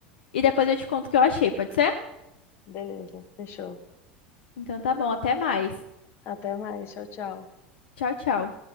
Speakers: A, on the left; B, on the left.
A: E depois eu te conto o que eu achei, pode ser?
B: Beleza, fechou.
A: Então tá bom, até mais.
B: Até mais. Tchau, tchau.
A: Tchau, tchau.